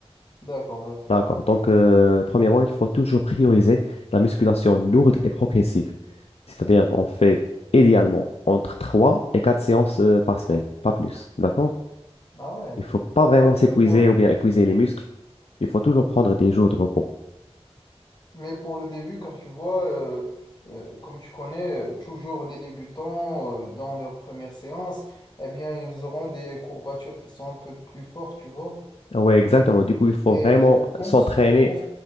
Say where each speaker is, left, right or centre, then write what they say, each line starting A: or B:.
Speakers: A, on the left (about 40°); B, on the left (about 70°).
A: D'accord, vas-y.
B: D'accord. Donc, euh, premièrement, il faut toujours prioriser la musculation lourde et progressive. C'est-à-dire, on fait idéalement entre 3 et 4 séances euh, par semaine, pas plus. D'accord?
A: Ah ouais.
B: Il faut pas
A: Il faut
B: vraiment
A: pas faire.
B: s'épuiser
A: euh,
B: ou bien épuiser les muscles. Il faut toujours prendre des jours de repos.
A: Mais pour le début, car tu vois, euh, euh, comme tu connais, euh, toujours les débutants, euh, dans leur première séance, eh bien, ils auront des courbatures qui sont un peu plus fortes, tu vois.
B: Oui, exactement. Du coup, il faut
A: Et
B: vraiment
A: je pense,
B: s'entraîner.
A: je pense